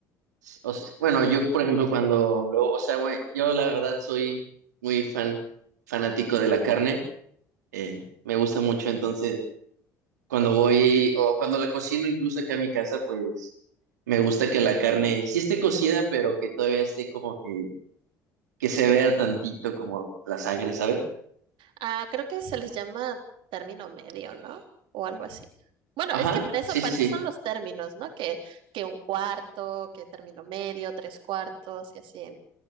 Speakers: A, on the right; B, on the right.
A: O s- bueno, yo, por ejemplo, cuando luego, o sea, güey, yo la verdad soy muy fan, fanático de la carne, eh, me gusta mucho, entonces, cuando voy, o cuando la cocino incluso acá en mi casa, pues, me gusta que la carne sí esté cocida, pero que todavía esté como que que se vea tantito como la sangre, ¿sabes?
B: Ah, creo que se les llama término medio, ¿no? O algo así. Bueno,
A: Ajá,
B: es que para eso,
A: sí,
B: para
A: sí, sí.
B: eso son los términos, ¿no? Que, que un cuarto, que término medio, tres cuartos y así,